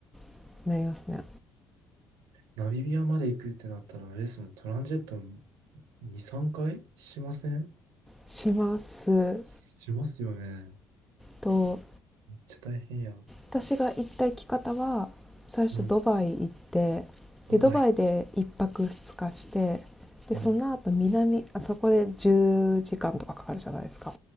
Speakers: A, in the centre; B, on the right.
A: <laughs> なりますね。
B: ナミビアまで行くってなったら、あれですもん、トランジェット2、3回しません
A: します
B: しますよね。
A: と
B: めっちゃ大変や。
A: 私が行った行き方は最初ドバイ行ってでドバイで1泊2日してでその後南あそこで10時間とかかかるじゃないですか。
B: うん。ドバイ。はい。